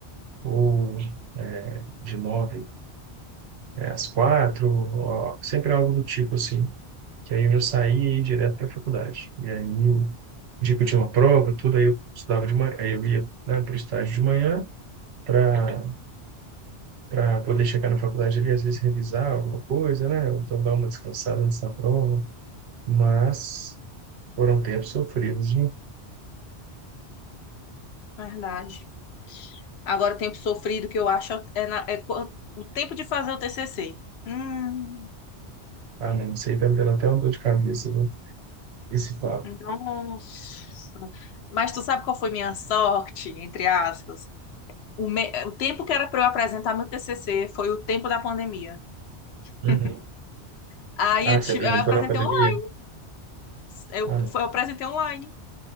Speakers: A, on the right (about 70°); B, on the left (about 70°).
A: ou de nove é, às quatro, ó, sempre algo do tipo assim. Que aí eu já saía e ia direto para a faculdade. E aí, no dia que eu tinha uma prova, tudo, aí eu estudava de manhã, aí eu ia, né, para o estágio de manhã para para poder chegar na faculdade ali, às vezes revisar alguma coisa, né? Ou então dar uma descansada antes da prova. Mas foram tempos sofridos, viu?
B: Verdade. Agora o tempo sofrido que eu acho é, na- é quan- o tempo de fazer o TCC. Hum,
A: Ah, não, isso aí tá me dando até uma dor de cabeça, viu? Esse papo.
B: nossa. Mas tu sabe qual foi minha sorte, entre aspas? O, me- o tempo que era pra eu apresentar meu TCC foi o tempo da pandemia.
A: Uhum.
B: <laughs> Aí
A: Ah,
B: eu,
A: se
B: ti-
A: apresentou
B: eu apresentei
A: na pandemia?
B: online. Eu,
A: Ah,
B: foi- eu apresentei online.